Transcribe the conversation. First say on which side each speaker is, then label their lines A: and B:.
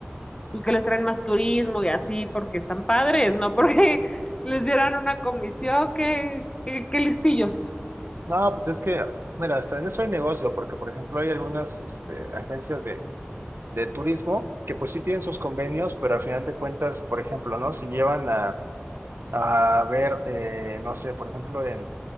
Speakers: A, on the left; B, on the right.
A: pues, que les traen más turismo y así, porque están padres, ¿no? Porque <laughs> les dieran una comisión, qué, qué, qué listillos.
B: no, pues es que, mira, hasta en eso hay negocio, porque por ejemplo hay algunas este, agencias de, de turismo que pues sí tienen sus convenios, pero al final de cuentas, por ejemplo, ¿no? Si llevan a a ver, eh, no sé, por ejemplo, en,